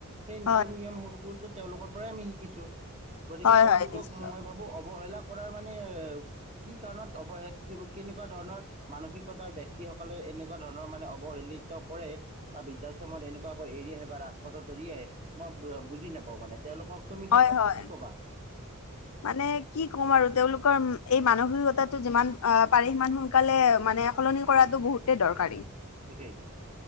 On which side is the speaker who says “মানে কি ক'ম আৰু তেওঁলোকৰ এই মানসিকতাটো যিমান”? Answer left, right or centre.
Left